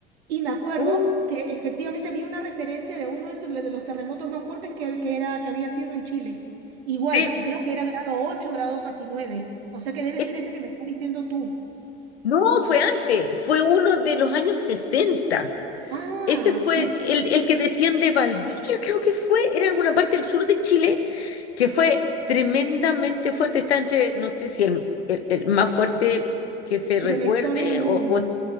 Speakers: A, on the right (about 75°); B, on the left (about 75°).
A: Y me acuerdo
B: Uh,
A: que efectivamente había una referencia de uno de, esos, de los terremotos más fuertes que, que era, que había sido en Chile. Igual,
B: sí.
A: c- creo que era grado 8 grado casi nueve O sea que debe
B: Eh,
A: ser ese que me estás diciendo tú.
B: No, fue antes, fue uno de los años 60.
A: Ah,
B: Ese fue
A: sí,
B: el, el que decían de Valdivia, creo que fue, era alguna parte del sur de Chile, que fue tremendamente fuerte. Está entre, no sé si el, el- el más fuerte que se recuerde
A: de la historia del mundo.
B: o, o